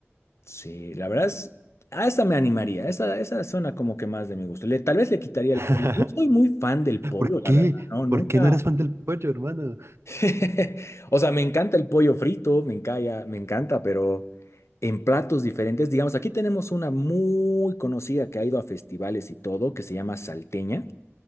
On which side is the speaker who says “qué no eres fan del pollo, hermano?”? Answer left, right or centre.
Right